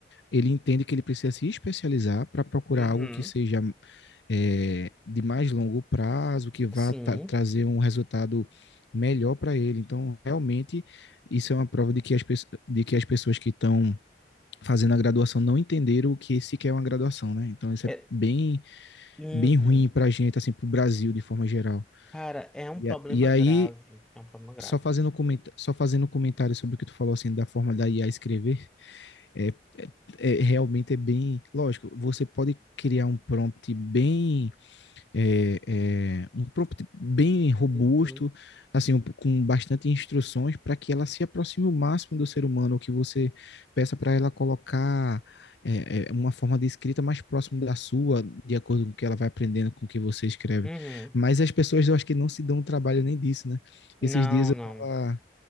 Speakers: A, on the left (about 75°); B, in the centre.
A: ele entende que ele precisa se especializar para procurar
B: Uhum.
A: algo que seja é, de mais longo prazo, que vá
B: Sim.
A: tra trazer um resultado melhor para ele. Então, realmente, isso é uma prova de que as, pe- de que as pessoas que estão fazendo a graduação não entenderam o que se quer uma graduação, né? Então, isso
B: É,
A: é bem
B: Uhum.
A: bem ruim pra gente, assim, pro Brasil de forma geral.
B: Cara, é um problema
A: E, a- e aí,
B: grave. É um problema grave.
A: só fazendo, comenta só fazendo um comentário sobre o que tu falou, assim, da forma da IA escrever, é, é, é- realmente é bem... Lógico, você pode criar um prompt bem é, é, um prompt bem robusto,
B: Uhum.
A: assim, um- com bastante instruções para que ela se aproxime o máximo do ser humano, ou que você peça para ela colocar é, é, uma forma de escrita mais próximo da sua, de acordo com o que ela vai aprendendo com o que você escreve.
B: Uhum.
A: Mas as pessoas, eu acho que não se dão o trabalho nem disso, né?
B: Não,
A: Esses dias eu
B: não.
A: tava,